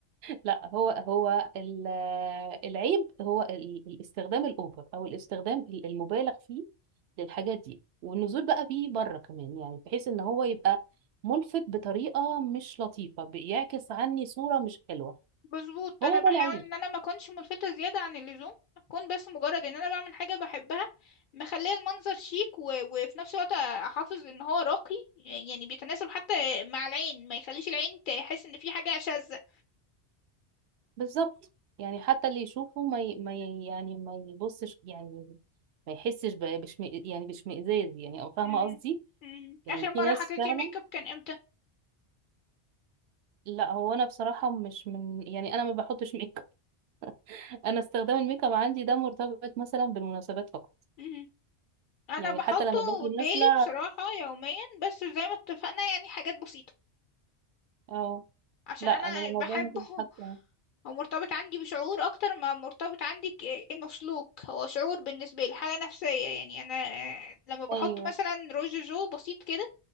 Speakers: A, on the right; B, on the left.
A: لا هو هو ال- العيب هو ال- الاستخدام الاوفر او الاستخدام ال- المبالغ فيه للحاجات دي والنزول بقى بيه بره كمان يعني بحيث ان هو يبقى ملفت بطريقة مش لطيفة بيعكس عني صورة مش حلوة
B: مظبوط
A: هو
B: انا بحاول
A: ده العيب
B: ان انا ما اكونش ملفتة زيادة عن اللزوم اكون بس مجرد ان انا بعمل حاجة بحبها مخليه المنظر شيك و... وفي نفس الوقت احافظ ان هو راقي يعني بيتناسب حتى مع العين ما يخليش العين تحس ان في حاجة شاذة
A: بالظبط يعني حتى اللي يشوفه ما ي... ما ي... يعني ما يبصش يعني ما يحسش ب- بشم... يعني باشمئزاز يعني او فاهمه
B: مم.
A: قصدي
B: مم.
A: يعني
B: اخر مرة
A: في ناس
B: حطيتي
A: فعلا
B: ميك اب كان امتى
A: لا هو انا بصراحه مش من يعني انا ما بحطش ميك اب <laughs> انا استخدام الميك اب عندي ده مرتبط مثلا بالمناسبات فقط
B: مهم. انا
A: يعني
B: بحطه
A: حتى لما باجي
B: ديلي
A: نازله
B: بصراحة يوميا بس زي ما اتفقنا يعني حاجات بسيطة
A: اه
B: عشان
A: لا
B: انا
A: انا لما
B: بحبه
A: بنزل
B: <laughs>
A: حتى
B: هو مرتبط عندي بشعور اكتر ما مرتبط عندي ك- انه سلوك هو شعور بالنسبة لي حالة نفسية يعني انا آه، لما بحط
A: ايوه
B: مثلا روج جو بسيط كده